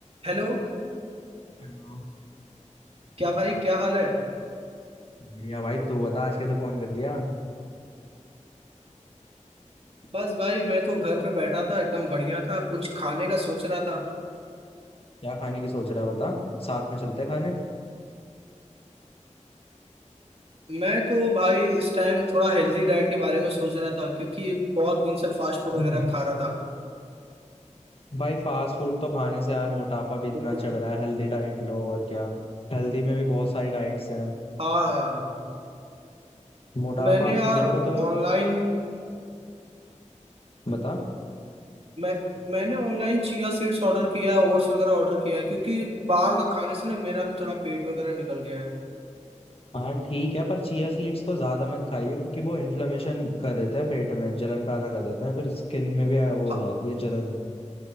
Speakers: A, on the right; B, on the left.
A: Hello
B: अच्छा
A: क्या भाई क्या हाल है
B: बढ़िया भाई तू बता आज कैसे फोन कर दिया
A: बस भाई मैं तो घर पे बैठा था एकदम बढ़िया था कुछ खाने का सोच रहा था
B: क्या खाने की सोच रहा है बता साथ में चलते हैं खाने
A: मैं तो भाई इस टाइम थोड़ा हेल्दी डाइट के बारे में सोच रहा था क्योंकि बहुत दिन से फास्ट
B: <clears throat>
A: फूड वगैरह खा रहा था
B: भाई फास्ट फूड तो खाने से यार मोटापा भी इतना
A: तो कुछ
B: चढ़ रहा है हेल्दी डाइट लो और क्या हेल्दी में भी बहुत सारी डाइट्स हैं
A: हाँ यार
B: मोटापा
A: मैंने यार
B: मेरे को तो
A: ऑनलाइन
B: बता
A: मैं मैंने ऑनलाइन चिया सीड्स ऑर्डर किया है ओट्स वगैरह ऑर्डर किया है क्योंकि बाहर का खाने से ना मेरा भी थोड़ा पेट वगैरह निकल गया है
B: हाँ ठीक है पर चिया सीड्स को ज्यादा मत खाइए क्योंकि वो इन्फ्लेमेशन कर देते हैं पेट में जलन पैदा कर देते हैं फिर स्किन में भी वो हो
A: हाँ,
B: जाती है जलन